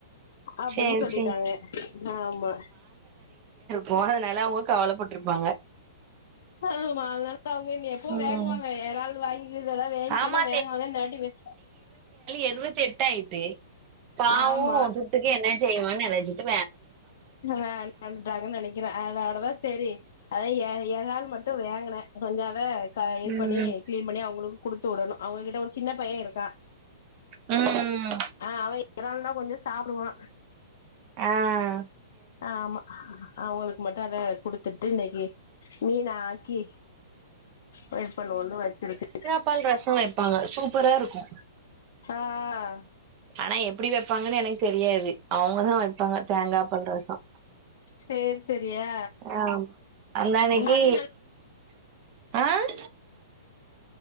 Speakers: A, on the left (about 60°); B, on the right (about 30°).
A: அப்டின்னு
B: சேரி
A: சொல்லிட்டாங்க
B: சேரி
A: ஆமா
B: போனதுனால அவுக கவலப்பட்ருப்பாங்க
A: ஆமா அதான ல அவுங்க எப்வு
B: ம்
A: வேங்குவாங்க எறால் வாங்கி இதெல்லா வேங்கினா
B: ஆமா
A: வேங்குவாங்க இந்த வாட்டி
B: இருவத்தெட்டாயிட்டு பாவோ
A: ஆமா
B: துட்டுக்கு என்ன செய்வானு நெனச்சுட்டு
A: ஆஹ் மறந்துட்டாங்கனு நெனைக்கிறே அதா அதா செரி அதா ஏ எறால் மட்டூ வேங்குனே கொஞ்சா அதா க இது
B: ம்
A: பண்ணி க்ளீன் பண்ணி அவுங்களு குடுத்து வுடணு அவுங்ககிட்ட ஒரு சின்ன பையே இருக்கா
B: ம்
A: ஆஹ் அவே எறாள்ன்னா கொஞ்சோ சாப்டுவா
B: ஆஹ்
A: ஆமா அவுங்களுக் க்கு மட்டூ அத குடுத்துட்டு இன்னைக்கு மீன ஆக்கி வெயிட் பண்ணுவோனு வச்சிருக்கு
B: ப்பால் ரசோ வைப்பாங்க சூப்பரா இருக்கூ
A: ஆஹ்
B: ஆனா எப்டி வைப்பாங்கன்னு எனக்கு தெரியாது அவுங்கதா வைப்பாங்க தேங்கா பால் ரசோ
A: சேரி சேரியா
B: ஆமா அந்தன்னைக்கி
A: உங்க அண்ணி நல்
B: ஆஹ்